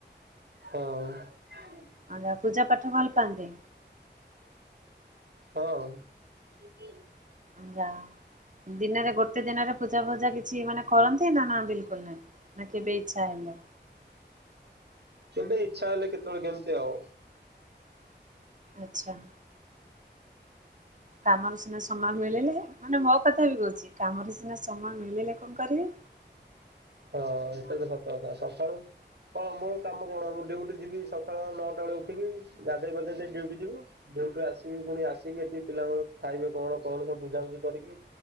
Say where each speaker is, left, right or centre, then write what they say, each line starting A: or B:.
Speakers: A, on the right; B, on the right.
A: ହଁ।
B: ଆ ନା ପୂଜା ପାଠ ଭଲ ପାଆନ୍ତି?
A: ହଁ। <inaudible>
B: ଯା ଦିନରେ ଗୋଟେ ଦିନରେ ପୂଜା ଫୂଜା କିଛି ଛି ମାନେ କରନ୍ତି ନା ନା ବିଲକୁଲ ନାହିଁ ନା କେବେ ଇଚ୍ଛା ହେଲେ?
A: କେବେ ଇଚ୍ଛା ହେଲେ କେତଳେ କେମିତି ଆଉ।
B: ଆଚ୍ଛା। କାମରୁ ସିନା ସମୟ ମିଳିଲେ। ମାନେ ମୋ କଥା ବି କହୁଛି କାମରୁ ସିନା ସମୟ ମିଳିଲେ କଣ କରିବେ।
A: ହଁ ଏଇଟା ତ ସତ କଥା ସକାଳୁ କଣ ମୋର କାମ କଣ ମୁଁ ଡିୟୁଟି ଯିବି ସକାଳ ନଅଟା ବେଳେ ଉଠିବି ଗାଧେଇ ପାଧେଇକି ଦେଇ ଡ୍ୟୁଟି ଯିବୁ। ଡ୍ୟୁଟିରୁ ଆସିବି ପୁଣି ଆସିକି ଏଠି ପିଲାଙ୍କର ଖାଇବେ କଣ କଣ ସବୁ ବୁଝାବୁଝି କରିକି